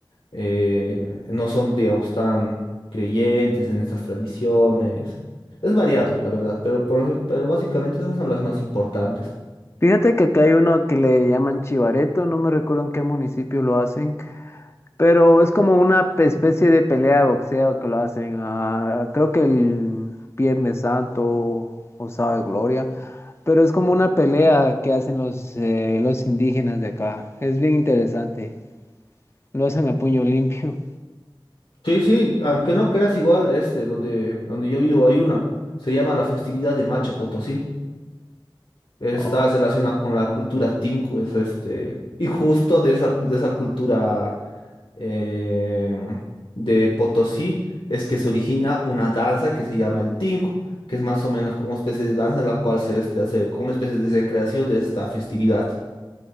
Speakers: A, on the left; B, on the left.
A: eh, no son, digamos, tan creyentes en estas tradiciones. Es variado, la verdad, pero, por ejemplo, pero básicamente esas son las más importantes.
B: Fíjate que acá hay uno que le llaman chivareto, no me recuerdo en qué municipio lo hacen. Pero es como una pe- especie de pelea de boxeo que lo hacen, ah, creo que el Viernes Santo o Sábado de Gloria, pero es como una pelea que hacen los, eh, los indígenas de acá. Es bien interesante. Lo hacen a puño limpio.
A: Sí, sí, aunque no creas igual, este, donde, donde yo vivo hay una, se llama la festividad de Macha Potosí. Está
B: Oh,
A: relacionada con la cultura Tinku, es este, y justo de esa, de esa cultura em, de Potosí es que se origina una danza que se llama el Tinku, que es más o menos como una especie de danza en la cual se este, hace como una especie de recreación de esta festividad.